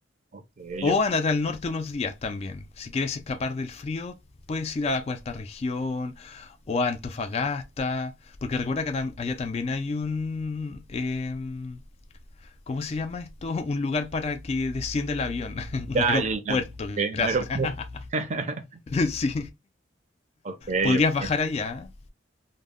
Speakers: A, on the right (about 40°); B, on the left (about 35°).
A: Ok,
B: O
A: yo.
B: andate al norte unos días también. Si quieres escapar del frío, puedes ir a la cuarta región o a Antofagasta. Porque recuerda que tam- allá también hay un... em, ¿Cómo se llama esto? <laughs> Un lugar para que descienda el avión. <laughs> Un
A: Ya,
B: aeropuerto,
A: ya, ya. Ok,
B: gracias.
A: no era-
B: <laughs>
A: <laughs>
B: Sí.
A: Ok,
B: Podrías
A: ok.
B: bajar allá.